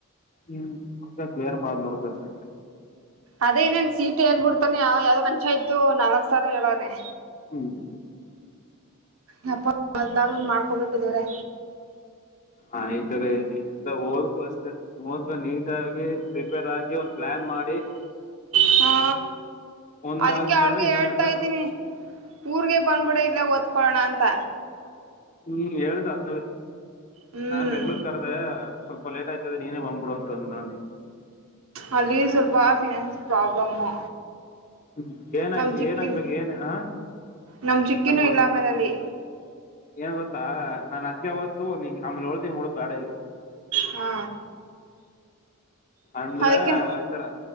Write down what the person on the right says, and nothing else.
ಅದೇನೇನ್ ಸೀಟ್ ಹೇಳ್ ಬಿಡ್ತಾನೆ ಯಾವ್ದ್ ಪಂಚಾಯತ ನಾಲ್ಕ್ ಸಾವರ ಹೇಳವ್ನೇ
ಯಪ್ಪಾ ಏನಾದ್ರೂ ಮಾಡ್ಕೋಬೇಕು ದೇವ್ರೆ
ಹಾ
ಅದಕ್ಕೆ
ಅವ್ಳಿಗೆ
ಹೇಳ್ತಾ ಇದ್ದೀನಿ ಊರ್ಗೆ ಬಂದ್ಬಿಡ ಇಲ್ಲ ಒದ್ ಕೋಲೋಣ ಅಂತ
ಹ್ಮ್
ಅಲ್ಲಿ ಸ್ವಲ್ಪ ಫಿನಾನ್ಸ್ ಪ್ರಾಬ್ಲಮ್ಮು
ನಮ್ ಚಿಕ್ಕಿನ್
ನಮ್ ಚಿಕ್ಕಿನೂ
ಇಲ್ಲ ಆಮೇಲೆ ಅಲ್ಲಿ
ಹಾ
ಅದಕ್ಕೆ